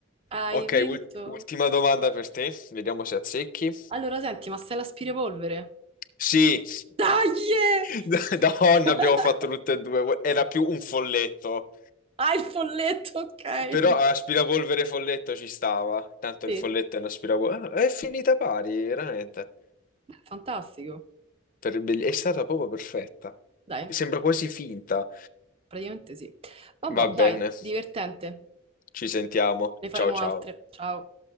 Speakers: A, on the right (about 25°); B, on the left (about 40°).
A: Hai
B: Ok,
A: vinto.
B: ul- ultima domanda per te. Vediamo se azzecchi.
A: Allora, senti, ma sei l'aspirapolvere?
B: Sì,
A: Dai!
B: <laughs> donna,
A: <laughs>
B: abbiamo fatto tutte e due. Era più un folletto.
A: Hai il folletto, ok.
B: Però aspirapolvere folletto ci stava. Tanto
A: Sì.
B: il folletto è un aspirapolvere. Ah, è finita pari, veramente.
A: Fantastico.
B: Per- È stata proprio perfetta.
A: Dai,
B: Sembra quasi finta.
A: praticamente sì. Vabbè,
B: Va bene.
A: dai, divertente.
B: Ci sentiamo.
A: Ne faremo
B: Ciao ciao.
A: altre. Ciao.